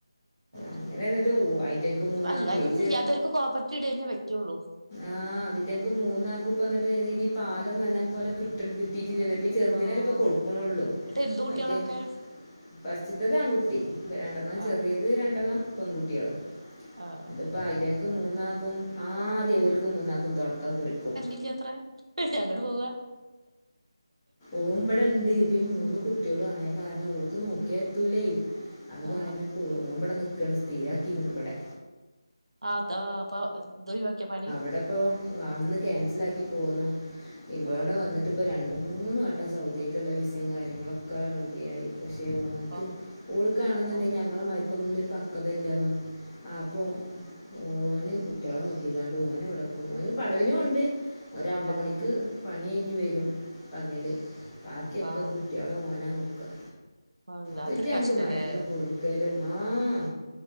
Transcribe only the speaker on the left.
അങ്ങനെ എന്നിട്ട് ഐറ്റങ്ങൾക്ക് മൂന്നാക്കുകയും
ആഹ് അതിറ്റകൾക്ക് മൂന്നാക്കൂപ്പ്ന്നിട്ട് നല്ല രീതി ഈ പാലലൊന്നും നല്ലൻ പോലെ കിട്ടണ്ട് കിട്ടീട് ഇല്ലാലോ ചെറുതനൊല
ഇപ്പൊ കൊടുക്കണള്ളു
പയറ്റട്ട്
ഫസ്റ്റ്തത് ആൺകുട്ടി രണ്ടെണ്ണം
ചെറിയത് രണ്ടെണ്ണം പെൺകുട്ടികള്
ഇത്പ്പ
ഐറ്റങ്ങൾക്ക് മൂന്നാക്കും ആദ്യ ഓലക്ക് മൂന്നാക്കും തുടക്കം കുറിക്കും
ഓമ്പടെണ്ട് ഇപ്പ മൂന്ന് കുട്ടികളും ആയ കാരണം അവൾക്ക് നോക്കിയാ എത്തൂലേ അത്
കാരണം ഇപ്പോ ഒന് ഇവിടെ നിക്കണ് സ്ഥിരാക്കിക്കണ് ഇവിടെ
ഇടെപ്പോ അന്ന് ക്യാൻസൽലക്കി പോന്നു ഇവിടെ
വന്നിട്ട് ഇപ്പോം രണ്ട് മൂന്ന് വട്ടം സൗദിയൊക്കുള്ള വിസയും കാര്യങ്ങളൊക്കെ റെഡിയായി പക്ഷേ
പോ
ഓൾക് കാണെന്നുണ്ടെങ്കിൽ
ഞങ്ങള മരിക്കോന്നും ഒരു പക്വത ഇല്ലന്ന് ആഹ് അപ്പൊ ഓന് കുട്ടികളെ നോക്കിക്കാണ്ട് ഓൻ വിടക്കും ഒന് പടവിനും ഉണ്ട് രണ്ട്
മണിക്ക് പണി കഴിഞ്ഞ് വരും പകല് ബാക്കിയൊക്കെ
കുട്ടികളെ ഓന നോക്കുക
കിട്ടായാൽ ഞങ്ങൾക്
മരുന്ന് കൊടുക്കലു ആഹ്